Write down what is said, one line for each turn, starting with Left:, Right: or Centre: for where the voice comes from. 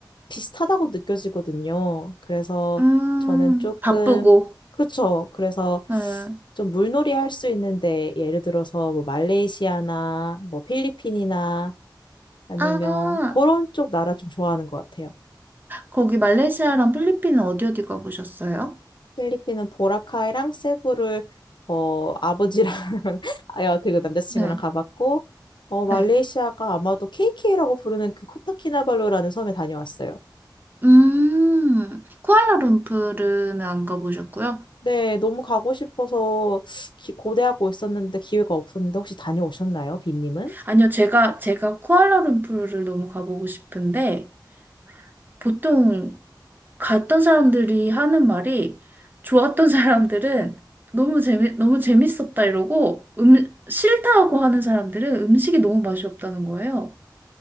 Left: 비슷하다고 느껴지거든요. 그래서
Right: 음,
Left: 저는 조금,
Right: 바쁘고.
Left: 그쵸. 그래서
Right: 네.
Left: 좀 물놀이 할 수 있는데, 예를 들어서 뭐 말레이시아나 뭐 필리핀이나 아니면
Right: 아,
Left: 그런 쪽 나라 좀 좋아하는 것 같아요.
Right: 거기 말레이시아랑 필리핀은 어디 어디 가보셨어요?
Left: 필리핀은 보라카이랑 세부를 어, 아버지랑, <laughs> 아야, 그리고 남자친구랑
Right: 네,
Left: 가봤고, 어, 말레이시아가
Right: 네.
Left: 아마도 KK라고 부르는 그 코타키나발루라는 섬에 다녀왔어요.
Right: 음, 쿠알라룸푸르는 안 가보셨고요?
Left: 네, 너무 가고 싶어서 기- 고대하고 있었는데 기회가 없었는데 혹시 다녀오셨나요, 빈님은?
Right: 아니요, 제가, 제가 쿠알라룸푸르를 너무 가보고 싶은데, 보통 갔던 사람들이 하는 말이 좋았던 사람들은 너무 재미, 너무 재밌었다 이러고 음, 싫다고 하는 사람들은 음식이 너무 맛이 없다는 거예요.